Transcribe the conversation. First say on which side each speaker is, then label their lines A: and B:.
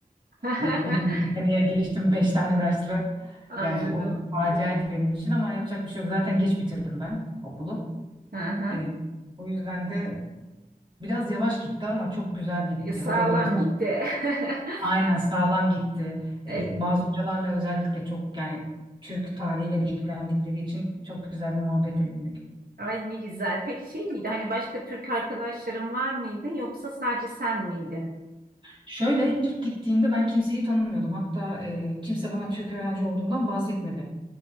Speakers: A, on the right; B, on the right.
A: <laughs>
B: E, bir dahaki seneye geçtim 5 tane dersle.
A: Anladım.
B: Yani o bir faciaydı benim için ama yapacak bir şey yok. Zaten geç bitirdim ben okulu.
A: Hı hı.
B: E, o yüzden de Biraz yavaş gitti ama çok güzel gitti.
A: E, Sağlam
B: Hocalar Evet.
A: gitti.
B: özel.
A: <laughs>
B: Aynen sağlam gitti.
A: E,
B: Ee, bazı hocalarla özellikle çok yani Türk tarihiyle de ilgilendikleri için çok güzel bir muhabbet edindik.
A: Ay ne güzel. Peki şey miydi? Hani başka Türk arkadaşların var mıydı yoksa sadece sen miydin?
B: Şöyle ilk gittiğimde ben kimseyi tanımıyordum. Hatta e, kimse bana Türk öğrenci olduğundan bahsetmedi.